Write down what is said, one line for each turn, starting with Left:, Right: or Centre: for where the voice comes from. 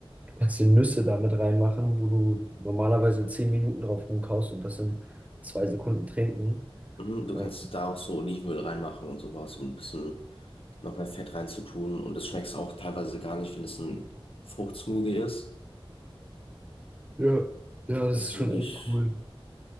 Right: kannst dir Nüsse damit reinmachen, wo du normalerweise 10 Minuten drauf rumkaust und das in zwei Sekunden trinken.
Left: Mhm, Du
Right: Ja,
Left: kannst da auch so Olivenöl reinmachen und sowas, um ein bisschen noch mehr Fett reinzutun. Und das schmeckst auch teilweise gar nicht, wenn es ein Fruchtsmoothie ist.
Right: ja, ja, das
Left: Das
Right: ist
Left: ist
Right: schon
Left: wirklich.
Right: echt cool.